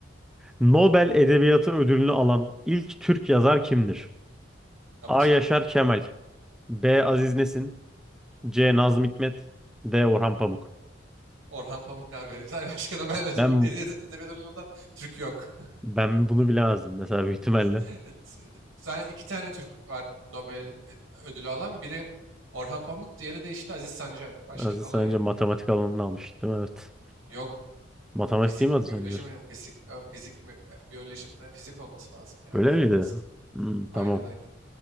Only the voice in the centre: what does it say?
Nobel Edebiyatı Ödülünü alan ilk Türk yazar kimdir?
A.
Yaşar
Kemal B. Aziz Nesin C. Nazım Hikmet D. Orhan Pamuk
Ben
ben bunu bilemezdim mesela büyük ihtimalle.
Aziz
Sancar
matematik
alanını almıştı değil mi? Evet.
Matematik
değil mi
Aziz
Sancar?
Öyle
miydi?
Hmm,
tamam.